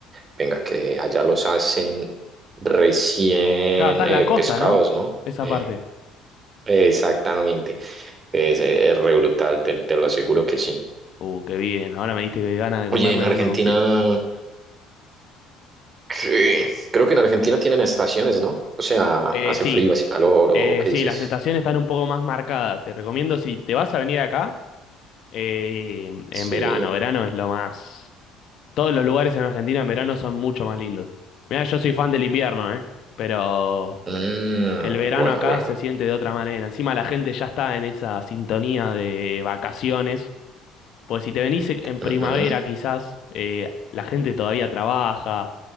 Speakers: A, on the right; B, on the left.
A: venga, que allá los hacen recién
B: Claro, está en
A: eh,
B: la costa,
A: pescados,
B: ¿no?
A: ¿no?
B: Esa
A: Eh,
B: parte.
A: exactamente. Es, es re brutal, te, te lo aseguro que sí.
B: Uh, qué bien. ¿no? Ahora me diste que ganas de
A: Oye,
B: comerme
A: en Argentina,
B: uno. fi-
A: ¿qué? creo que en Argentina tienen estaciones, ¿no? O sea,
B: Eh,
A: hace
B: sí,
A: frío, hace calor, ¿o
B: eh,
A: o qué
B: sí,
A: dices?
B: las estaciones están un poco más marcadas. Te recomiendo si te vas a venir acá eh, en
A: Sí.
B: verano. Verano es lo más. Todos los lugares en Argentina en verano son mucho más lindos. Mira, yo soy fan del invierno, ¿eh? Pero
A: Mm,
B: el verano
A: bueno,
B: acá
A: bueno.
B: se siente de otra manera. Encima la gente ya está en esa sintonía de vacaciones. Pues si te venís e- en primavera,
A: Ujú,
B: quizás eh, la gente todavía trabaja